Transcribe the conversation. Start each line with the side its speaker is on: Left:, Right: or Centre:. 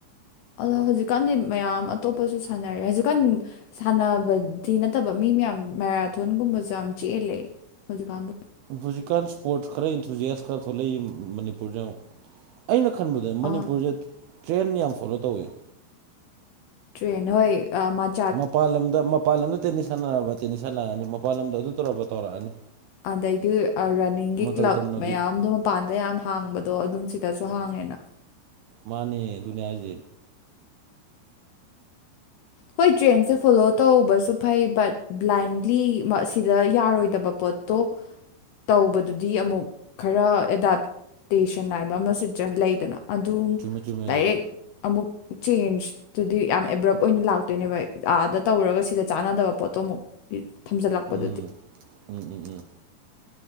Left: ꯑꯗꯣ ꯍꯧꯖꯤꯛꯀꯥꯟꯗꯤ ꯃꯌꯥꯝ ꯑꯇꯣꯞꯄꯖꯨ ꯁꯥꯟꯅꯔꯦ ꯍꯧꯖꯤꯛꯀꯥꯟ ꯁꯥꯟꯅꯕꯗꯤ ꯅꯠꯇꯕ ꯃꯤ ꯃꯌꯥꯝ ꯃꯦꯔꯥꯊꯣꯟꯒꯨꯝꯕ ꯌꯥꯝ ꯆꯤꯜꯂꯦ ꯍꯧꯖꯤꯛꯀꯥꯟꯗꯣ
Right: ꯍꯧꯖꯤꯛꯀꯥꯟ ꯏꯁ꯭ꯄꯣꯔꯠꯁ ꯈꯔ ꯏꯟꯊꯨꯖꯤꯌꯥꯁ ꯈꯔ ꯊꯣꯛꯂꯛꯏ ꯃꯅꯤꯄꯨꯔꯗ ꯑꯩꯅ ꯈꯟꯕꯗ ꯃꯅꯤꯄꯨꯔꯖꯦ
Left: ꯑꯥ
Right: ꯇ꯭ꯔꯦꯟ ꯌꯥꯝ ꯐꯣꯂꯣ ꯇꯧꯋꯦ
Left: ꯇ꯭ꯔꯦꯟ ꯍꯣꯏ ꯑꯥ ꯃꯟ
Right: ꯃꯄꯥꯥꯟ ꯂꯝꯗ ꯃꯄꯥꯟ ꯂꯝꯗ ꯇꯦꯅꯤꯁ ꯁꯥꯟꯅꯔꯕ ꯇꯦꯅꯤꯁ ꯁꯥꯟꯅꯔꯅꯤ ꯃꯄꯥꯟ ꯂꯝꯗ ꯑꯗꯨ ꯇꯧꯔꯕ ꯇꯧꯔꯛꯑꯅꯤ
Left: ꯑꯗꯩꯗꯤ ꯔꯟꯅꯤꯡꯒꯤ
Right: ꯃꯇꯧ
Left: ꯀ꯭ꯂꯕ
Right: ꯇꯝꯅꯕꯤ
Left: ꯃꯌꯥꯝꯗꯣ ꯃꯄꯥꯟꯗ ꯌꯥꯝ ꯍꯥꯡꯕꯗꯣ ꯑꯗꯨꯝ ꯁꯤꯗꯁꯨ ꯍꯥꯡꯉꯦꯅ
Right: ꯃꯥꯅꯦ ꯑꯗꯨꯅꯦ ꯍꯥꯏꯖꯦ
Left: ꯍꯣꯏ ꯇ꯭ꯔꯦꯟꯖꯦ ꯐꯣꯂꯣ ꯇꯧꯕꯁꯨ ꯐꯩ ꯕꯠ ꯕ꯭ꯂꯥꯏꯟꯂꯤ ꯁꯤꯗ ꯌꯥꯔꯣꯏꯗꯕ ꯄꯣꯠ ꯇꯣ ꯇꯧꯕꯗꯨꯗꯤ ꯑꯃꯨꯛ ꯈꯔ ꯑꯦꯗꯥꯞꯇꯦꯁꯟ ꯍꯥꯏꯕ ꯑꯃ ꯁꯨ ꯂꯩꯗꯅ ꯑꯗꯨꯝ
Right: ꯆꯨꯝꯃꯦ ꯆꯨꯝꯃꯦ
Left: ꯗꯥꯏꯔꯦꯛ
Right: ꯑꯗꯨꯁꯨ
Left: ꯑꯃꯨꯛ ꯆꯦꯟꯖꯇꯨꯗꯤ ꯌꯥꯝ ꯑꯦꯕ꯭ꯔꯞ ꯑꯣꯏꯅ ꯂꯥꯛ ꯇꯣꯏꯅꯦꯚ ꯑꯥꯗ ꯇꯧꯔꯒ ꯁꯤꯗ ꯆꯥꯟꯅꯗꯕ ꯄꯣꯠꯇꯣ ꯑꯃꯨꯛ ꯊꯝꯖꯜꯂꯛꯄꯗꯨꯗꯤ
Right: ꯎꯝ ꯎꯝ ꯎꯝ ꯎꯝ